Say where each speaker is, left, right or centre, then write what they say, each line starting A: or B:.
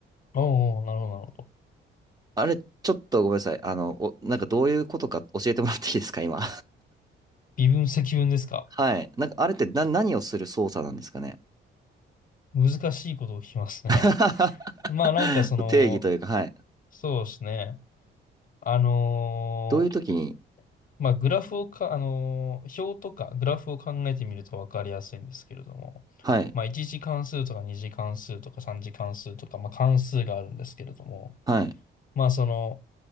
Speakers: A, on the left; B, on the right.
A: おーおーなるほど、なるほど。
B: あれ、ちょっとごめんなさい。あの、お、なんかどういうことか教えてもらっていいですか、今。
A: 微分、積分ですか。
B: はい。なんか、あれってな、何をする操作なんですかね。
A: 難しいことを聞きますね。
B: <laughs>
A: <laughs> まあなんかその、
B: 定義というか、はい。
A: そうですね。あのー
B: どういう時に、
A: まあグラフをか、あのー表とかグラフを考えてみるとわかりやすいんですけれども、
B: はい、
A: まあ1次関数とか2次関数とか3次関数とか、まあ関数があるんですけれども、
B: はい。
A: まあその、